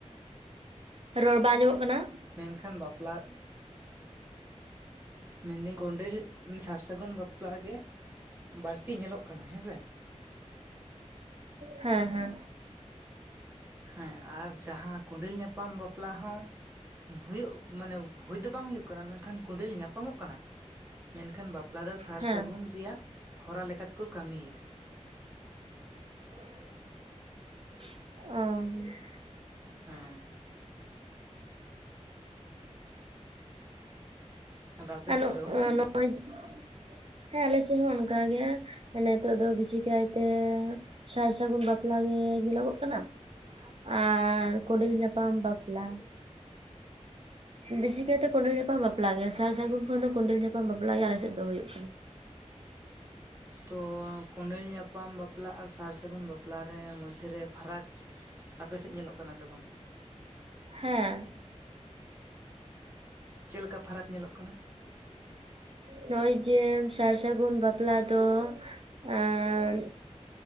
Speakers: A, on the right; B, on the right.
A: ᱨᱚᱲ ᱵᱟᱝ ᱟᱸᱡᱚᱢᱚᱜ ᱠᱟᱱᱟ᱾
B: ᱢᱮᱱᱠᱷᱟᱱ ᱵᱟᱯᱞᱟ ᱢᱮᱱᱫᱟᱹᱧ ᱠᱚᱸᱰᱮᱞ ᱥᱟᱨ ᱥᱟᱹᱜᱩᱱ ᱵᱟᱯᱞᱟ ᱜᱮ ᱵᱟᱹᱲᱛᱤ ᱧᱮᱞᱚᱜ ᱠᱟᱱᱟ ᱦᱮᱸ ᱥᱮ
A: ᱦᱮᱸ ᱦᱮᱸ
B: ᱦᱮᱸ ᱟᱨ ᱡᱟᱦᱟᱸ ᱠᱚᱸᱰᱮᱞ ᱧᱟᱯᱟᱢ ᱵᱟᱯᱞᱟ ᱦᱚᱸ ᱦᱩᱭᱩᱜ ᱢᱟᱱᱮ ᱦᱳᱭ ᱫᱚ ᱵᱟᱝ ᱦᱩᱭᱩᱜ ᱠᱟᱱᱟ ᱢᱮᱱᱠᱷᱟᱱ ᱠᱚᱸᱰᱮᱞ ᱧᱟᱯᱟᱢᱚᱜ ᱠᱟᱱᱟ ᱠᱚ ᱢᱮᱱᱠᱷᱟᱱ ᱵᱟᱯᱞᱟ ᱫᱚ ᱥᱟᱨ
A: ᱦᱮᱸ
B: ᱥᱟᱹᱜᱩᱱ ᱨᱮᱭᱟᱜ ᱦᱚᱨᱟ ᱞᱮᱠᱟᱛᱮᱠᱚ ᱠᱟᱹᱢᱤᱭᱮᱫᱟ
A: ᱚ
B: ᱦᱮᱸ ᱟᱫᱚ ᱟᱯᱮ
A: ᱟᱨ
B: ᱥᱮᱫ ᱫᱚ
A: ᱱᱚᱜᱼᱚᱭ <unintelligible> ᱦᱮᱸ ᱟᱞᱮᱥᱮᱫ ᱦᱚᱸ ᱚᱱᱠᱟ ᱜᱮ᱾ ᱱᱤᱛᱚᱜ ᱫᱚ ᱵᱮᱥᱤ ᱠᱟᱭᱛᱮ ᱥᱟᱨ ᱥᱟᱹᱜᱩᱱ ᱵᱟᱯᱞᱟ ᱜᱮ ᱧᱮᱞᱚᱜᱚᱜ ᱠᱟᱱᱟ᱾ ᱟᱨ ᱠᱚᱸᱰᱮᱞ ᱧᱟᱯᱟᱢ ᱵᱟᱯᱞᱟ ᱵᱮᱥᱤ ᱠᱟᱭᱛᱮ ᱠᱚᱸᱰᱮᱞ ᱧᱟᱯᱟᱢ ᱵᱟᱯᱞᱟ ᱜᱮ ᱥᱟᱨ ᱥᱟᱹᱜᱩᱱ ᱠᱷᱚᱱ ᱫᱚ ᱠᱚᱸᱰᱮᱞ ᱧᱟᱯᱟᱢ ᱵᱟᱯᱟᱜ ᱜᱮ ᱟᱞᱮ ᱥᱮᱫ ᱫᱚ ᱦᱩᱭᱩᱜ ᱠᱟᱱᱟ᱾
B: ᱛᱚ ᱠᱚᱸᱰᱮᱞ ᱧᱟᱯᱟᱢ ᱵᱟᱯᱞᱟ ᱟᱨ ᱥᱟᱨ ᱥᱟᱹᱜᱩᱱ ᱵᱟᱯᱞᱟᱨᱮ ᱢᱚᱫᱽᱫᱷᱮᱨᱮ ᱯᱷᱟᱨᱟᱠ ᱟᱯᱮ ᱥᱮᱫ ᱧᱮᱞᱚᱜ ᱠᱟᱱᱟ ᱥᱮ ᱵᱟᱝ?
A: ᱦᱮᱸ
B: ᱪᱮᱫ ᱞᱮᱠᱟ ᱯᱷᱟᱨᱟᱠ ᱧᱮᱞᱚᱜ ᱠᱟᱱᱟ?
A: ᱱᱚᱜᱼᱚᱭ ᱡᱮ ᱥᱟᱨ ᱥᱟᱹᱜᱩᱱ ᱵᱟᱯᱞᱟ ᱫᱚ ᱚᱸᱻ